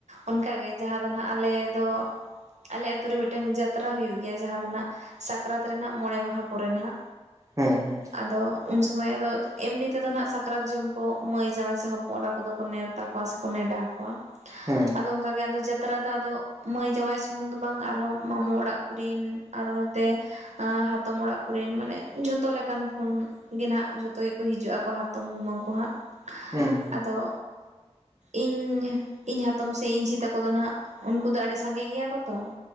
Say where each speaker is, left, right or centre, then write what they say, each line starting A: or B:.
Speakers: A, on the right (about 80°); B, on the right (about 30°).
A: ᱚᱱᱠᱟ ᱜᱮ ᱡᱟᱸᱦᱟ ᱫᱚ ᱱᱟᱜ ᱟᱞᱮ ᱫᱚ ᱟᱞᱮ ᱟᱛᱩ ᱨᱮ ᱢᱤᱫᱴᱟᱝ ᱡᱟᱛᱨᱟ ᱦᱩᱭᱩᱜ ᱜᱮᱭᱟ ᱡᱟᱸᱦᱟ ᱫᱚ ᱱᱟᱜ ᱥᱟᱠᱨᱟᱛ ᱨᱮᱱᱟᱜ ᱢᱚᱬᱮ ᱢᱟᱦᱟ ᱯᱚᱨᱮ ᱱᱟᱜ᱾
B: ᱦᱮᱸ ᱦᱮᱸ
A: ᱟᱫᱚ ᱩᱱ ᱥᱚᱢᱚᱭ ᱟᱫᱚ ᱮᱢᱱᱤ ᱛᱮᱫᱚ ᱱᱟᱜ ᱥᱟᱠᱨᱟᱛ ᱡᱚᱢ ᱠᱚ ᱢᱟᱹᱭ ᱡᱟᱣᱟᱭ ᱥᱮ ᱦᱚᱯᱚᱱ ᱮᱨᱟ ᱠᱚᱫᱚ ᱠᱚ ᱱᱮᱣᱛᱟ ᱠᱚᱣᱟ ᱥᱮᱠᱚ ᱱᱮᱰᱟ ᱟᱠᱚᱣᱟ ᱾
B: ᱦᱮᱸ
A: ᱟᱫᱚ ᱚᱱᱠᱟᱜᱮ ᱟᱫᱚ ᱯᱟᱛᱨᱟ ᱫᱚ ᱟᱫᱚ ᱢᱟᱹᱭ ᱡᱟᱶᱟᱭ ᱥᱩᱢᱩᱝ ᱫᱚ ᱵᱟᱝ ᱟᱨ ᱦᱚᱸ ᱢᱟᱢᱳ ᱚᱲᱟᱜ ᱠᱚᱨᱮᱤᱱ ᱟᱨ ᱱᱚᱛᱮ ᱦᱟᱛᱚᱢ ᱚᱲᱟᱜ ᱠᱚᱨᱮᱱ ᱢᱟᱱᱮ ᱡᱷᱚᱛᱚ ᱞᱮᱠᱟᱱ ᱠᱷᱚᱱ ᱜᱮ ᱱᱟᱦᱟᱸᱜ ᱡᱚᱛᱚ ᱜᱮᱠᱚ ᱦᱤᱡᱩᱜ ᱟᱠᱚ ᱦᱟᱛᱚᱢ ᱠᱩᱢᱟᱹᱝ ᱠᱚ ᱦᱟᱸᱜ,
B: ᱦᱩᱸ ᱦᱩᱸ
A: ᱟᱫᱚ ᱤᱧ ᱤᱧ ᱦᱟᱛᱚᱢ ᱥᱮ ᱤᱧ ᱡᱷᱤ ᱛᱟᱠᱚ ᱫᱚ ᱱᱟᱜ ᱩᱱᱠᱩ ᱫᱚ ᱟᱹᱰᱤ ᱥᱟᱸᱜᱮ ᱜᱮᱭᱟ ᱠᱚ ᱛᱚ ᱾